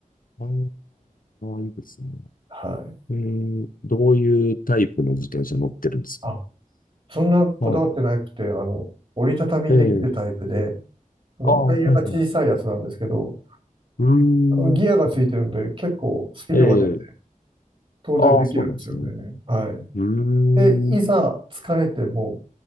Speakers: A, on the left; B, on the right.
A: ああ、いいですね。
B: はい。
A: ええ、どういうタイプの自転車乗ってるんですかね。
B: あ、そんなこだわってなくて、
A: ああ、
B: あの、折りたたみできるタイプで、
A: ええ。
B: あの、
A: ああ、
B: タイヤが小さいやつなんですけど、
A: はいはい。うー
B: あの、ギアがついてるので、
A: ん。
B: 結構スピードが出て、
A: ええ。
B: 遠出できるんですよね。
A: ああ、そうなんですね。
B: はい。
A: うーん。
B: で、いざ疲れても